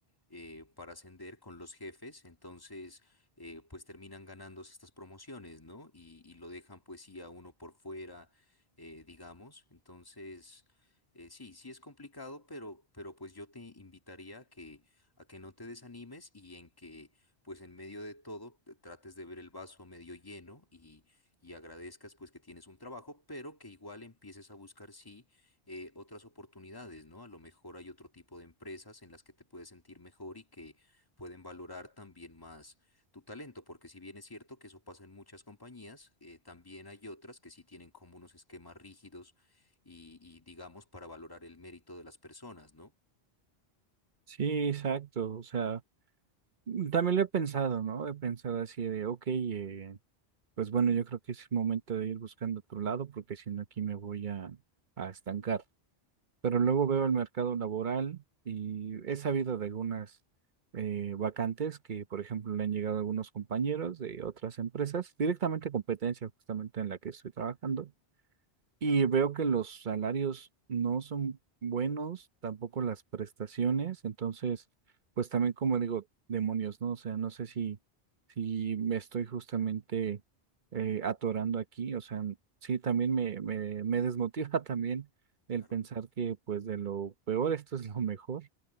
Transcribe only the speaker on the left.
eh, para ascender con los jefes, entonces eh, pues terminan ganándose estas promociones, ¿no? Y, y lo dejan pues sí a uno por fuera eh, digamos. Entonces, eh, sí, sí es complicado, pero, pero pues yo te invitaría a que, a que no te desanimes y en que, pues en medio de todo, te trates de ver el vaso medio lleno y, y agradezcas pues que tienes un trabajo, pero que igual empieces a buscar, sí, eh, otras oportunidades, ¿no? A lo mejor hay otro tipo de empresas en las que te puedes sentir mejor y que pueden valorar también más tu talento, porque si bien es cierto que eso pasa en muchas compañías, eh, también hay otras que sí tienen como unos esquemas rígidos y, y, digamos para valorar el mérito de las personas, ¿no?
Claro.